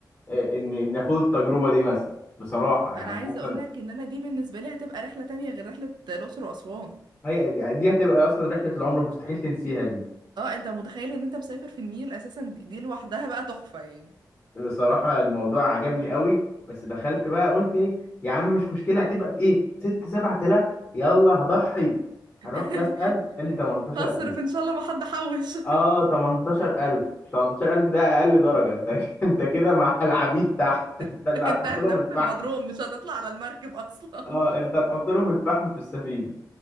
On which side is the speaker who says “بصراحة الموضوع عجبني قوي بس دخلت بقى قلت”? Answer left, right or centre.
Left